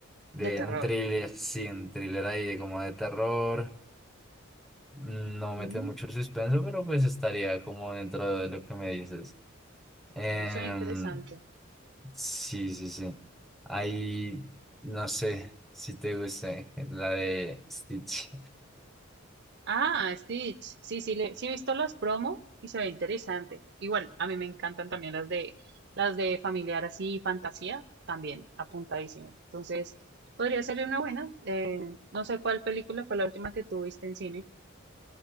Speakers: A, in the centre; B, on the right (about 55°).
A: de
B: De terror.
A: un thriller, sí, un thriller ahí de como de terror, no mete
B: Mm,
A: mucho suspenso, pero pues estaría como dentro de lo que me dices. Em,
B: suena interesante.
A: Sí, sí, sí. Ahí no sé si te gusta eh, la de Stitch.
B: Ah, Stitch. Sí, sí, le, sí he visto las promo y se ve interesante. Igual, a mí me encantan también las de las de familiar así, fantasía, también apuntadísimo. Entonces, podría ser una buena. Eh, no sé cuál película fue la última que tuviste en cine